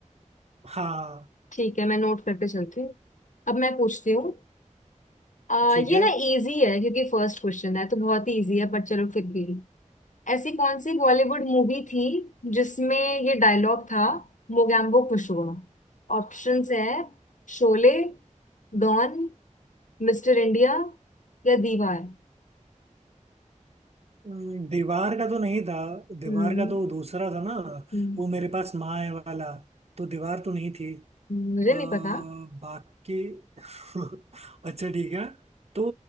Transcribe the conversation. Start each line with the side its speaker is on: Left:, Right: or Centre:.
Right: हाँ
Left: ठीक है मैं नोट करके चलती हूँ अब मैं पूछती हूँ अ,
Right: ठीक
Left: ये
Right: है
Left: ना इजी है क्योंकि फर्स्ट क्वेश्चन है तो बहुत ही इजी है पर चलो फिर भी ऐसी कौन सी बॉलीवुड मूवी थी जिसमें ये डायलॉग था मोगैम्बो खुश हुआ ऑप्शंस है शोले डॉन मिस्टर इंडिया या दीवार
Right: हम्म, दीवार का तो नहीं था दीवार
Left: हम्म
Right: का तो दूसरा था ना
Left: हम्म,
Right: वो मेरे पास माँ है वाला तो दीवार तो नहीं थी अ,
Left: मुझे
Right: बाकी
Left: नहीं पता
Right: <laughs> अच्छा ठीक है तो